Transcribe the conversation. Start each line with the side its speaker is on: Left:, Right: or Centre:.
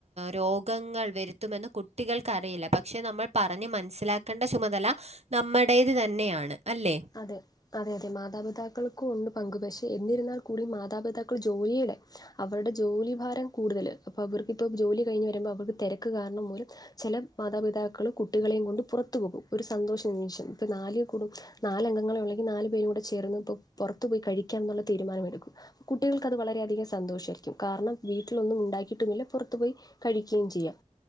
Right: രോഗങ്ങൾ വരുത്തി ത്തുമെന്ന് കുട്ടികൾക്കറിയില്ല... പക്ഷെ നമ്മൾ പറഞ്ഞ് മനസ്സിലാക്കേണ്ട ചുമതല നമ്മുടേത് തന്നെയാണ് അല്ലേ
Left: അതെ അതെ അതെ മാതാപിതാക്കൾക്കുണ്ട് പങ്ക്.. പക്ഷെ എന്നിരുന്നാൽ കൂടി മാതാപിതാക്കൾ ജോലിയുടെ അവരുടെ ജോലി ഭാരം കൂടുതല് അപ്പൊ അവർക്ക് ഇപ്പോ ജോലി കഴിഞ്ഞ് വരുമ്പോ അവർക്ക് തിരക്ക് കാരണം മൂലം ചില മാതാപിതാക്കൾ കുട്ടികളെയും കൊണ്ട് പുറത്തു പോകും ഒരു സന്തോഷം നിമിഷം ഇപ്പൊ നാല് കൂടും നാല അംഗങ്ങളെ ഒള്ളെങ്കിൽ നാല് പേരും കൂടെ ചേർന്ന് പൊ പൊറത്ത് പോയി കഴിക്കന്നുള്ള തീരുമാനമെടുക്കും. കുട്ടികൾക്കത് വളരെയധികം സന്തോഷയിരിക്കും. കാരണം വീട്ടിലൊന്നും ണ്ടാക്കിയിട്ടുമില്ല പുറത്തു പോയി. കഴിക്യേം ചെയ്യാം.